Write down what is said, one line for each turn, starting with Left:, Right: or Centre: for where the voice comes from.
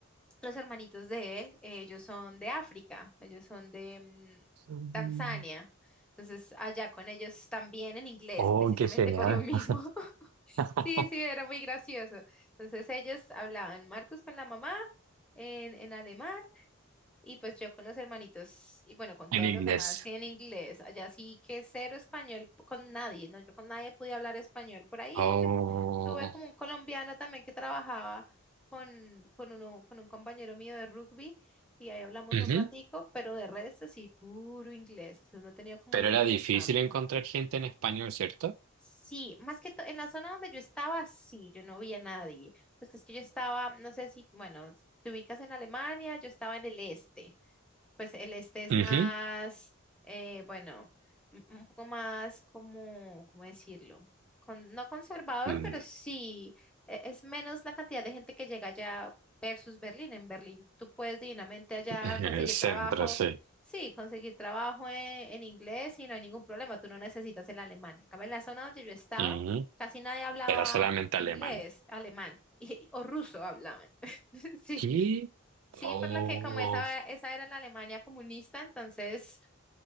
Centre: Los hermanitos de él, eh, ellos son de África, ellos son de mm,
Right: Mm.
Centre: Tanzania. Entonces, allá con ellos también en inglés,
Right: Oh,
Centre: precisamente
Right: qué genial.
Centre: por lo mismo. <laughs>
Right: <laughs>
Centre: Sí, sí, era muy gracioso. Entonces, ellos hablaban Marcus con la mamá en, en alemán y pues yo con los hermanitos y bueno, con todos
Right: En inglés.
Centre: los demás sí, en inglés. Allá sí que cero español p- con nadie, ¿no? Yo con nadie pude hablar español. Por ahí
Right: Oh.
Centre: que tuve como un colombiano también que trabajaba con, con uno, con un compañero mío de rugby y ahí hablamos
Right: Ujú.
Centre: un ratico, pero de resto sí, puro inglés. Entonces no he tenido como
Right: Pero
Centre: ese
Right: era
Centre: intercambio.
Right: difícil encontrar gente en español, ¿cierto?
Centre: Sí, más que todo en la zona donde yo estaba, sí, yo no vi a nadie. Pues es que yo estaba, no sé si, bueno, te ubicas en Alemania, yo estaba en el este pues el este es más,
Right: Ujú.
Centre: eh, bueno, un un poco más como, ¿cómo decirlo? Con, no conservador,
Right: Mm.
Centre: pero sí, e- es menos la cantidad de gente que llega allá versus Berlín. En Berlín tú puedes divinamente allá
Right: <laughs>
Centre: conseguir
Right: Siempre
Centre: trabajo,
Right: sí.
Centre: sí, conseguir trabajo en, en inglés y no hay ningún problema, tú no necesitas el alemán. En cambio, en la zona donde yo estaba,
Right: Ujú.
Centre: casi nadie hablaba
Right: Era solamente
Centre: inglés,
Right: alemán.
Centre: alemán y- o ruso hablaban. <laughs> Sí.
Right: ¿Qué?
Centre: Sí,
Right: Oh.
Centre: por lo que como esa, esa era la Alemania comunista, entonces